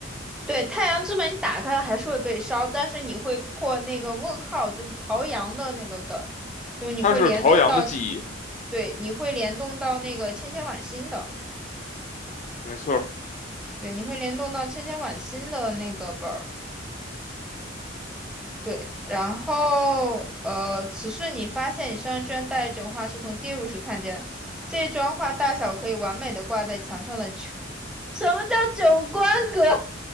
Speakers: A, in the centre; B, on the left.
A: 对，太阳之门你打开了还是会被烧，但是你会破那个问号，就是陶阳的那个梗，就是你会联动到，
B: 它是陶阳的记忆，
A: 对，你会联动到那个千千晚星的，
B: 没错儿。
A: 对，你会联动到千千晚星的那个本儿，对，然后呃，此时你发现你身上居然带一种画，是从跌入时看见的这张画大小可以完美的挂在墙上的九，<laughs> 什么叫九宫格？<laughs>